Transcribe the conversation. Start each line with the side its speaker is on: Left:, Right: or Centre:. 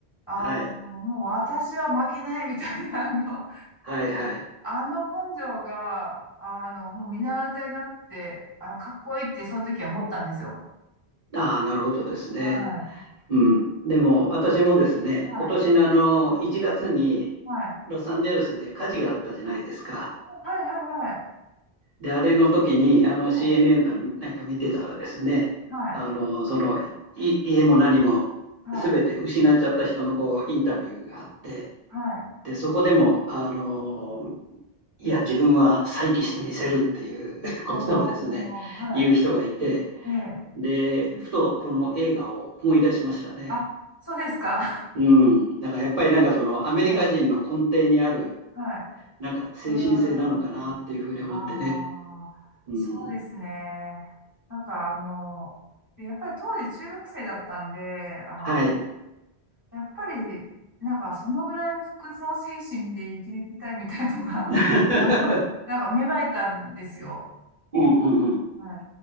Left: あの、
Right: はい。
Left: もう私は負けないみたいな、あの、
Right: はい、はい。
Left: あの根性が、あの、もう見習いたいなって、あの、かっこいいってその時は思ったんですよ。
Right: ああ、なるほどですね。
Left: はい。
Right: うん。でも、私もですね、
Left: はい。
Right: 今年のあの、1月に
Left: はい。
Right: ロサンゼルスで火事があったじゃないですか。
Left: はい。はい。はい。はい。
Right: で、あれの時に、あの CNN
Left: は
Right: かなんか見てたらですね、
Left: い。はい
Right: あの、その、い家も何も全て失っちゃった人のこうインタビューがあって、
Left: はい。はい。
Right: で、そこでも、あの、いや、自分は再起してみせるっていう <laughs> ことをですね、
Left: おー、はい。
Right: 言う人がいて、
Left: ええ。
Right: で、ふとこの映画を思い出しましたね。
Left: あ、そうですか。
Right: うん。だからやっぱりなんかそのアメリカ人の根底にある、
Left: <laughs> はい。はい。
Right: なんか精神性なのかなっていうふうに思ってね。
Left: うーん。ああ、
Right: うん。
Left: そうですね。なんかあの、やっぱり当時中学生だったんで、あの、
Right: はい。
Left: やっぱり、なんかそのぐらいの不屈の精神で生きていきたいみたいなのが、
Right: <laughs>
Left: <laughs> あの、なんか芽生えたんですよ。
Right: うんうんうん。
Left: はい。